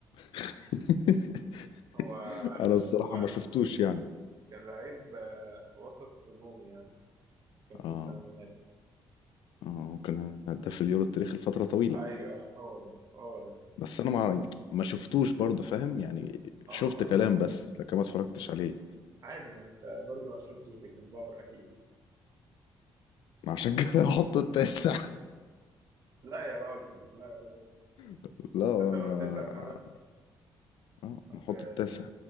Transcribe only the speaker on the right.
هو
لا
كان لعيب آه، وسط هجومي يعني كان في
الثمانينات
أيوه هو ده هو ده
اه
ما
بس
عادي ما أنت برضه ما شفتش بيكنباور أكيد
لا يا راجل لا يا راجل
تصدق هو التاسع
فعلا
أصل